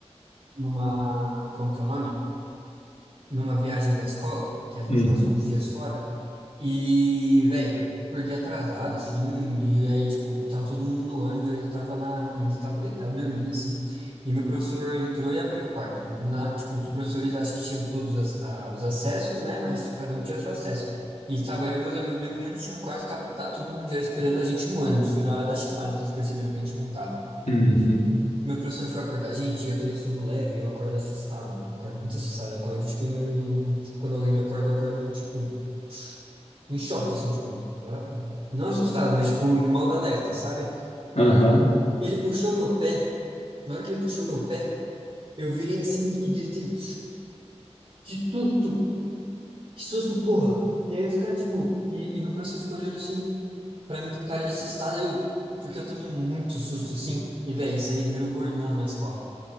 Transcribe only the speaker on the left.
Hum.
Uhum.
Aham.